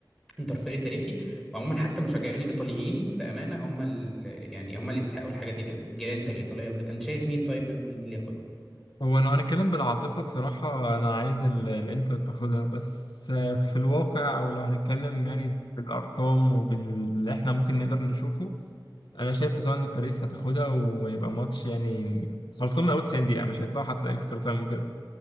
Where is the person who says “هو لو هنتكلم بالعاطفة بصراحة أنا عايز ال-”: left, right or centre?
Left